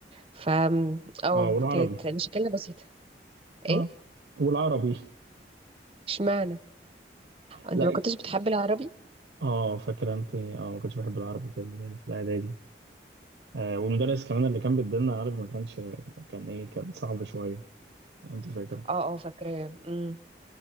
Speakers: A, on the right; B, on the right.
A: ف اه
B: اه والعربي
A: كانت مشكلة بسيطة
B: اه
A: ايه
B: والعربي
A: اشمعنى انت
B: لا
A: ما كنتش بتحب العربي
B: اه فاكر انت اه ما كنتش بحب العربي في ال- في الاعدادي آه والمدرس كمان اللي كان بيدينا عربي ما كانش كان ايه كان صعب شويه انت فاكره
A: اه اه فاكراه أمم.